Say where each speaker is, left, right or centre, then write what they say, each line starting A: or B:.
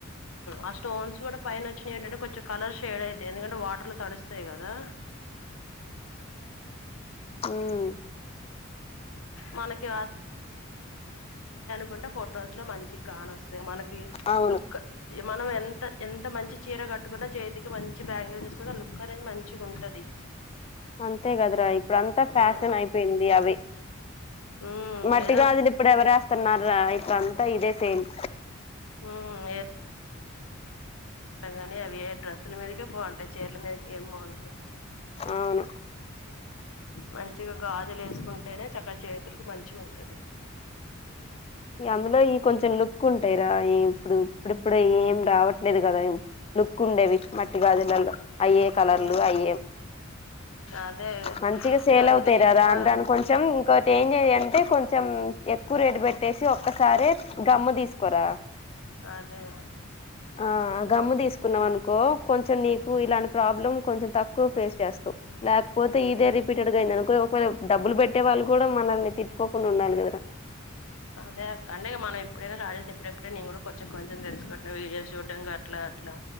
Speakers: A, on the left; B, on the left.
A: ఆ స్టోన్స్ కూడా పైన వచ్చాయి ఏంటంటే కొంచెం కలర్ షేడ్ అయితయి ఎందుకంటే వాటర్ లో తడిస్ తే గదా
B: హ్మ్మ్
A: మనకి కుంటే ఫొటోస్ లో మంచి కానోస్తాయి మనకి
B: అవును
A: లుక్ మనం ఎం త ఎంత మంచి చీర కట్టుకున్నా చేతికి మంచి బ్యాంగిల్స్ వేసుకుంటే లుక్ అనేది మంచిగా ఉంటది
B: అంతే కదరా ఇప్పుడు అంతా
A: ఉమ్
B: ఫ్యాషన్ అయిపోయింది అవి
A: ఉమ్
B: మట్టిగాజులు
A: ఏదో
B: ఇప్పుడు ఎవరేస్తున్నారు ఆయి అంత ఇదే సేల్
A: ఉమ్ గానీ అవి డ్రస్సుల మీదే బాగుంటాయి చీర్ల మీద ఏ బాగుంటాయి
B: అవును
A: మంచిగా గాజు లు ఏసుకుంటేనే చక్క చేతులకు మంచిగా ఉంటది
B: అందులో
A: ఉమ్
B: ఈ కొంచెం లుక్ ఉంటాయిరా ఇప్పుడు ఇప్పుడిప్పుడు ఏం రావట్లేదు కదా లుక్ ఉండేవి మట్టి గాజులలో అయ్యే కలర్లు
A: ఉమ్
B: అయ్యే
A: అదే
B: మంచిగా సేల్
A: ఇంక అందుకని
B: అవు తరారు
A: ఎక్కువ
B: అం దాని కొంచెం ఇంకోటి ఏం చేయ అంటే కొంచెం ఎక్కువ రేటు పెట్టేసి ఒక్కసారి గమ్ము తీసుకోరా
A: అదే
B: ఆ గమ్ము తీసుకున్నాం అనుకో కొంచెం నీకు ఇలాంటి ప్రాబ్లం కొంచెం తక్కువ ఫేస్ చేస్తా లేకపోతే ఇదే రిపీటెడ్గాయింద అనుకో ఒకవేళ డబ్బులు పెట్టే వాళ్ళు కూడా మనల్ని తిట్కోకుండా ఉండాలి కదా రా
A: అదే అక్క అంటే మనం ఇప్పుడే చాడ చేసిన ఇప్పుడుప్పుడే నేను కూడా కొంచెం కొంచెం తెలుసుకుంటున్నా వీడియోస్ చూడ్డాంగా అట్లా అట్లా